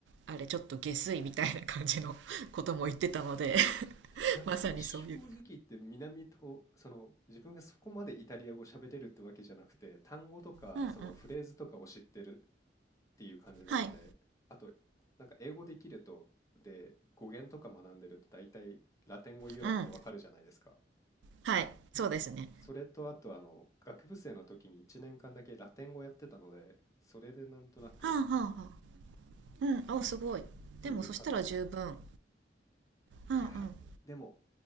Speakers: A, on the right; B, on the left.
A: あれちょっと下水みたいな感じの <laughs> ことも言ってたので <laughs>
B: なんか正直言って南とその自分がそこまでイタリア語喋れるってわけじゃなくて単語とかそのフレーズとかを知ってるっていう感じなのであとなんか英語できるとで語源とか学んでると大体ラテン語由来ってわかるじゃないですか
A: まさにそういう。うんうん。はい。うん。はい。そうですね。
B: それとあとあの学部生の時に1年間だけラテン語やってたので、それでなんとなくっ
A: はあはあはあ。うん。お、すごい。
B: ていう感じだったんですよ。
A: でもそしたら十分。うんうん。
B: いやー、ででも